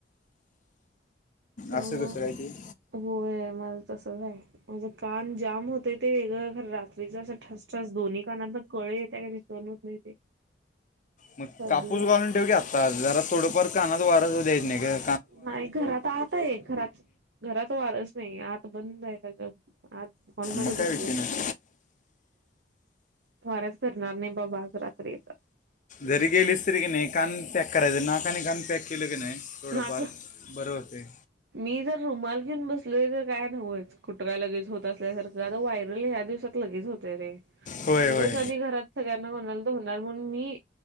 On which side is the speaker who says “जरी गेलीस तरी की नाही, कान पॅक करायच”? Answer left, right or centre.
Left